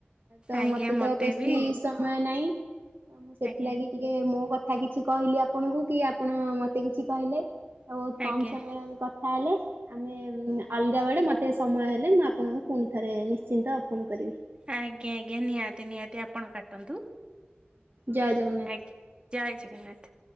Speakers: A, on the right; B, on the right.
A: ତ
B: ଆଜ୍ଞା
A: ମତେ ତ ବେଶୀ
B: ବି
A: ସମୟ ନାଇଁ ତ ମୁଁ ସେଥିଲାଗି
B: ଆଜ୍ଞା
A: ଟିକେ ମୋ କଥା କିଛି କହିଲି ଆପଣଙ୍କୁ କି ଆପଣ ମତେ କିଛି କହିଲେ। ଆଉ ବହୁତ
B: ଆଜ୍ଞା
A: କମ ସମୟରେ ଆମେ କଥା ହେଲେ। ଆମେ ଉମ ଅଲଗା ବେଳେ ମୋତେ ସମୟ ହେଲେ ମୁଁ ଆପଣଙ୍କୁ ପୁଣି ଥରେ ନିଶ୍ଚିନ୍ତ ଫୋନ୍ କରିବି।
B: ଆଜ୍ଞା ଆଜ୍ଞା ନିହାତି ନିହାତି ଆପଣ କାଟନ୍ତୁ।
A: ଜୟ ଜଗନ୍ନାଥ।
B: ଆଜ୍ଞା ଜୟ ଜଗନ୍ନାଥ।